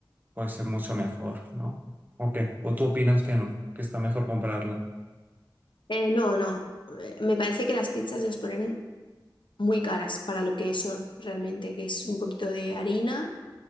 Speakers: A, on the right (about 20°); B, on the left (about 75°).
A: pues es mucho mejor, ¿no? ¿O qué? ¿O tú opinas que no? Que está mejor comprarla.
B: Eh, no, no. Eh, Me parece que las pizzas las ponen muy caras para lo que son realmente, que es un poquito de harina.